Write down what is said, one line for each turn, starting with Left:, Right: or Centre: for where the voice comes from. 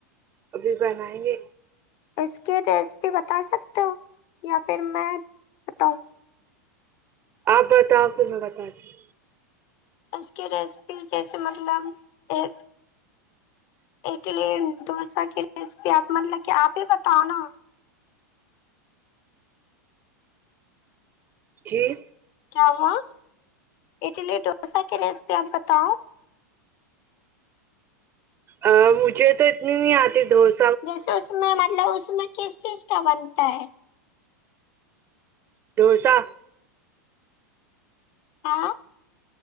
Right: ابھی بنائیں گے
Left: اس کی ریسیپی بتا سکتے ہو یا پھر میں بتاؤں
Right: آپ بتاؤ پھر میں بتاتی ہوں۔
Left: اس کی ریسیپی جیسے مطلب ایک اٹلی دوسا کی ریسیپی آپ مطلب کہ آپ ہی بتاؤ نا
Right: جی
Left: کیا ہوا اٹلی دوسا کی ریسیپی آپ بتاؤ
Right: ا مجھے تو اتنی نہیں آتی دوس
Left: جیسے اس میں مطلب اس میں کس چیز کا بنتا ہے
Right: دوسا
Left: آں